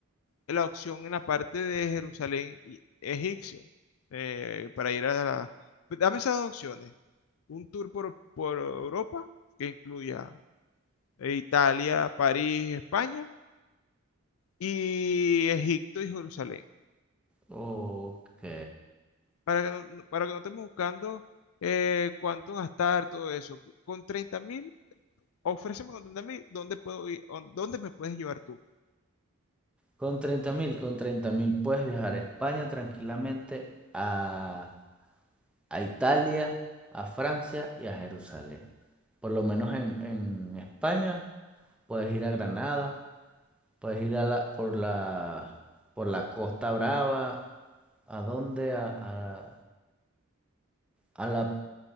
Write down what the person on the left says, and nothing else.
la opción en la parte de Jerusalén y- egipcio eh, para ir a la- Dame esas dos opciones. Un tour por, por Europa que incluya Italia, París, España y Egipto y Jerusalén,
para que no, no- para que no estemos buscando eh, cuánto gastar, todo eso. Con treinta mil, ofréceme con treinta mil, ¿dónde puedo ir? ¿O ¿Dónde me puedes llevar tú?